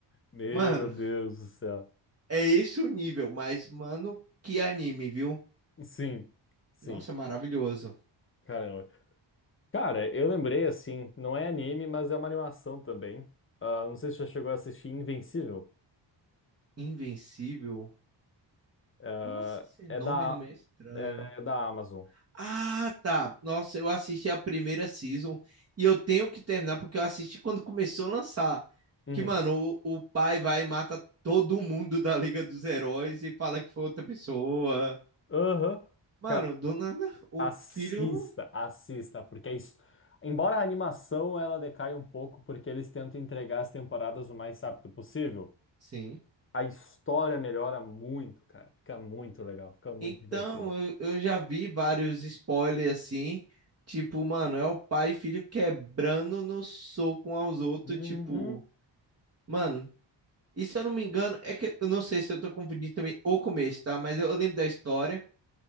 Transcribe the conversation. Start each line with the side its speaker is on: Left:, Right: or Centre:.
Left: Meu
Right: Mano,
Left: Deus do céu.
Right: é esse o nível, mas, mano, que anime, viu?
Left: Sim, sim.
Right: Nossa, maravilhoso.
Left: Caramba. Cara, eu lembrei assim, não é anime, mas é uma animação também. Ah, não sei se já chegou a assistir Invencível.
Right: Invencível?
Left: É,
Right: Nossa, esse nome
Left: é da,
Right: não me é estranho.
Left: é, é da Amazon.
Right: Ah, tá. Nossa, eu assisti a primeira season e eu tenho que terminar porque eu assisti quando começou a lançar.
Left: Uhum.
Right: Que, mano, o, o pai vai e mata todo mundo da Liga dos Heróis e fala que foi outra pessoa.
Left: Aham.
Right: Mano,
Left: Cara,
Right: do nada, o
Left: assista,
Right: filho.
Left: assista, porque é isso. Embora a animação ela decaia um pouco, porque eles tentam entregar as temporadas o mais rápido possível,
Right: Sim.
Left: a história melhora muito, cara. Fica muito legal, fica muito
Right: Então,
Left: divertida.
Right: eu, eu já vi vários spoilers assim, tipo, mano, é o pai e filho quebrando no soco um aos outros,
Left: Uhum,
Right: tipo, mano, e se eu não me engano, é que eu não sei se eu tô confundindo também o começo, tá? Mas eu, eu lembro da história